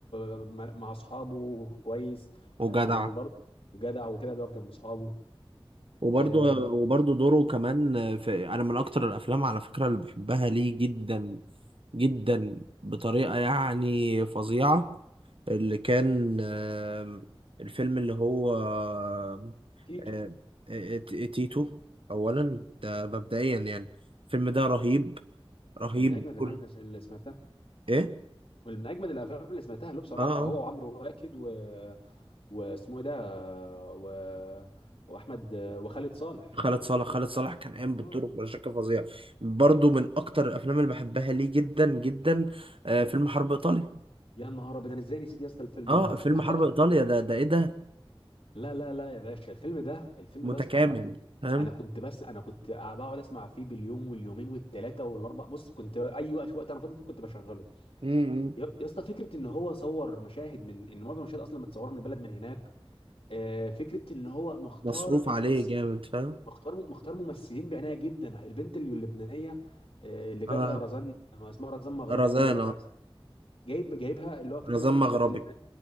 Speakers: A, on the left; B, on the right.
A: آه، مع مع أصحابه كويس
B: وجدع
A: آه، أو برضه جدع وكده بيقف جنب أصحابه
B: وبرضه
A: آه،
B: وبرضه دوره كمان في انا من اكتر الافلام على فكره اللي بحبها ليه جدا جدا بطريقة يعني فظيعة اللي كان آم، الفيلم اللي هو آم،
A: تيتو
B: آم، آه، تيتو أولا ده مبدئيا يعني الفيلم ده رهيب رهيب
A: من اجمد
B: كل
A: الافلام اللي سمعتها
B: إيه؟
A: ومن اجمد الافلام اللي سمعتها له بصراحه
B: آه آه
A: هو وعمرو واكد و... واسمه ايه ده و... واحمد وخالد صالح
B: خالد صالح خالد صالح كان قايم بالدور
A: اه
B: بشكل فظيع برضو من أكتر الأفلام اللي بحبها ليه جدا جدا آه، فيلم حرب إيطاليا
A: يا نهار ابيض انا ازاي نسيت يا اسطى الفيلم
B: آه
A: ده يا اسطى
B: فيلم حرب
A: <laughs>
B: إيطاليا ده ده إيه ده
A: لا لا لا يا باشا الفيلم ده الفيلم
B: متكامل
A: ده يا اسطى انا كنت
B: فاهم؟
A: انا كنت بس انا كنت بقعد اسمع فيه باليوم واليومين والثلاثه والاربع بص كنت اي وقت وقت انا فاضي فيه كنت بشغله
B: م- م.
A: يا يا اسطى فكره ان هو صور مشاهد من ان معظم المشاهد اصلا متصوره من البلد من هناك آه، فكره ان هو مختار
B: مصروف
A: الممثل
B: عليه جامد فاهم؟
A: مختار مختار ممثلين بعنايه جدا البنت اللي- اللبنانيه آه، اللي جابها
B: آه
A: رزان ما اسمها رزان مغربي
B: رزان
A: دي ولا مش
B: اه
A: عارف اسمها جايب جايبها اللي هو فكره
B: رزان مغربي
A: البنت اللبنانيه